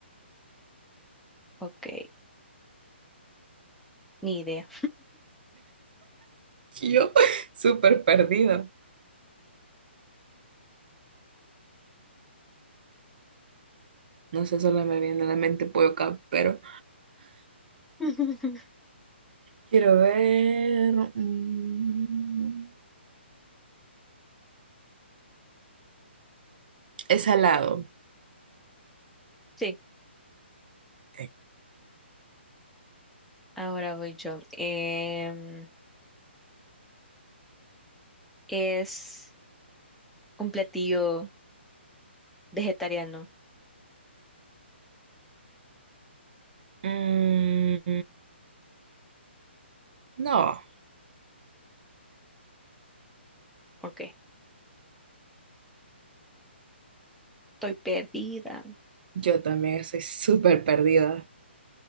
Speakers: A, in the centre; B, on the right.
A: Ok, ni idea.
B: Yo, <laughs> súper perdido. No sé, solo me viene a la mente pollo acá, pero
A: <laughs>
B: quiero ver. mm, es salado.
A: Sí,
B: Ok.
A: ahora voy yo. em, es un platillo vegetariano.
B: Mm, no,
A: Ok, estoy perdida.
B: yo también estoy súper perdida.